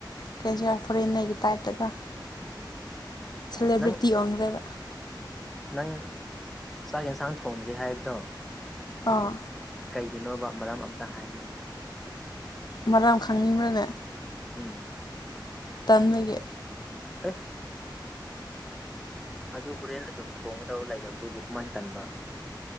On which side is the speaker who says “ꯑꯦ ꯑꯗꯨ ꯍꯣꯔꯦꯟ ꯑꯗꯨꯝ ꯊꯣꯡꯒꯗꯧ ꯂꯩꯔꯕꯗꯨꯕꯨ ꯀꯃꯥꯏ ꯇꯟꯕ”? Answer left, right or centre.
Centre